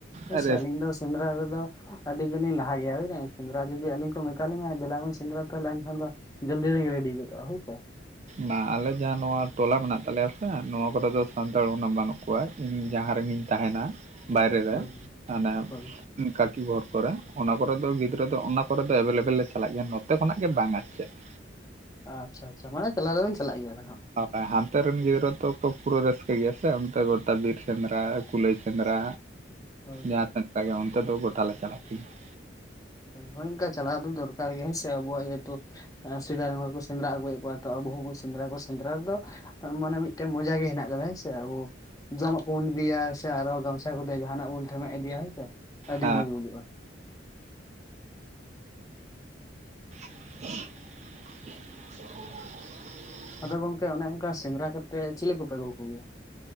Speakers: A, on the left; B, on the right.
A: ᱦᱳᱭᱥᱮ
B: ᱟᱨ
A: ᱟᱞᱤᱧ ᱫᱚ ᱥᱮᱸᱫᱽᱨᱟ ᱨᱮᱫᱚ ᱟᱹᱰᱤ ᱜᱮ ᱞᱤᱧ ᱞᱟᱦᱟ ᱜᱮᱭᱟ ᱵᱩ <unintelligible> ᱥᱮᱸᱫᱽᱨᱟ ᱡᱩᱫᱤ ᱟᱹᱞᱤᱧ ᱠᱚ ᱢᱮᱛᱟᱞᱤᱧᱟ ᱫᱮᱞᱟ ᱵᱚᱱ ᱥᱮᱸᱫᱽᱨᱟᱼᱟ ᱛᱟᱦᱚᱞᱮ ᱮᱱᱠᱷᱟᱱ ᱫᱚ ᱡᱚᱞᱫᱤ <unintelligible> ᱨᱮᱰᱤ ᱜᱚᱫᱚᱜ-ᱟ ᱦᱳᱭᱥᱮ ᱾
B: ᱵᱟᱝ ᱟᱞᱮ ᱡᱟᱦᱟᱸ ᱱᱚᱣᱟ ᱴᱚᱞᱟ ᱢᱮᱱᱟᱜ ᱛᱟᱞᱮᱭᱟ ᱥᱮ ᱱᱚᱣᱟ ᱠᱚᱨᱮ ᱫᱚ ᱥᱟᱱᱛᱟᱲ ᱩᱱᱟᱹᱜ ᱵᱟᱹᱱᱩᱜ ᱠᱚᱣᱟ ᱤᱧ ᱡᱟᱦᱟᱸ ᱨᱮᱜᱤᱧ ᱛᱟᱦᱮᱱᱟ ᱾ ᱵᱟᱭᱨᱮ ᱨᱮ
A: ᱦᱳᱭ
B: ᱢᱟᱱᱮ
A: ᱦᱳᱭ
B: ᱠᱟᱠᱤ ᱜᱷᱚᱨ ᱠᱚᱨᱮ ᱚᱱᱟ ᱠᱚ ᱨᱮ ᱫᱚ ᱜᱤᱫᱽᱨᱟᱹ ᱫᱚ ᱚᱱᱟ ᱠᱚᱨᱮ ᱫᱚ ᱮᱵᱮᱞ ᱮᱵᱮᱞ ᱞᱮ ᱪᱟᱞᱟᱜ ᱜᱮᱭᱟ ᱱᱚᱛᱮ ᱠᱷᱚᱱᱟᱜ ᱜᱮ ᱵᱟᱝ ᱟᱨ ᱪᱮᱫ ᱾
A: ᱟᱪᱪᱷᱟ ᱟᱪᱷᱟ ᱢᱟᱱᱮ ᱪᱟᱞᱟᱣ ᱫᱚᱵᱮᱱ ᱪᱟᱞᱟᱜ ᱜᱮᱭᱟ ᱵᱮᱱ?
B: ᱦᱳᱭ ᱦᱟᱱᱛᱮ ᱨᱮᱱ ᱜᱤᱫᱽᱨᱟᱹ ᱛᱚ ᱯᱩᱨᱟᱹ ᱨᱟᱹᱥᱠᱟᱹ ᱜᱮᱭᱟ ᱥᱮ ᱚᱱᱛᱮ ᱜᱚᱴᱟ ᱵᱤᱨ ᱥᱮᱸᱫᱽᱨᱟ ᱠᱩᱞᱟᱹᱭ ᱥᱮᱸᱫᱽᱨᱟ
A: ᱦᱳᱭ ᱦᱳᱭ
B: ᱡᱟᱦᱟᱸ ᱥᱮᱸᱫᱽᱨᱟ ᱜᱮ ᱚᱱᱛᱮ ᱫᱚ ᱜᱚᱴᱟ ᱞᱮ ᱪᱟᱞᱟᱜ ᱜᱮᱭᱟ ᱾
A: ᱦᱳᱭ ᱚᱝᱠᱟ ᱪᱟᱞᱟᱣ ᱫᱚᱨᱠᱟᱨ ᱜᱮᱭᱟ ᱦᱳᱭ ᱥᱮ ᱟᱵᱚᱣᱟᱜ ᱡᱮᱦᱮᱛᱩ ᱥᱮᱫᱟᱭ ᱨᱮᱱ ᱦᱚᱲ ᱠᱚ ᱥᱮᱸᱫᱽᱨᱟ ᱟᱹᱜᱩᱭᱮᱫ ᱠᱚᱣᱟ ᱾ ᱛᱚ ᱟᱵᱚ ᱦᱚᱸᱵᱚᱱ ᱥᱮᱸᱫᱽᱨᱟ ᱠᱚᱣᱟ ᱥᱮᱸᱫᱽᱨᱟ ᱨᱮᱫᱚ ᱢᱟᱱᱮ ᱢᱤᱫᱴᱮᱱ ᱢᱚᱡᱟ ᱜᱮ ᱦᱮᱱᱟᱜ ᱟᱠᱟᱫᱟ <unintelligible> ᱵᱚ ᱡᱚᱢᱟᱜ ᱵᱚᱱ ᱤᱫᱤᱭᱟ ᱥᱮ ᱟᱨᱚ ᱜᱟᱢᱥᱟ ᱠᱚᱛᱮ ᱡᱟᱦᱟᱱᱟᱜ ᱵᱚᱱ ᱴᱷᱮᱢᱮᱫ ᱤᱫᱤᱭᱟ ᱦᱳᱭ ᱥᱮ ᱾ ᱟᱹᱰᱤ
B: ᱦᱮᱸ
A: ᱢᱚᱸᱡᱽ ᱵᱩᱡᱩᱜ-ᱟ ᱾
B: <inaudible>
A: ᱟᱫᱚ ᱜᱚᱝᱠᱮ ᱚᱱᱮ ᱚᱱᱠᱟ ᱥᱮᱸᱫᱽᱨᱟ ᱠᱟᱛᱮᱫ ᱪᱤᱞᱤ ᱠᱚᱯᱮ ᱟᱹᱜᱩ ᱠᱚᱜᱮᱭᱟ?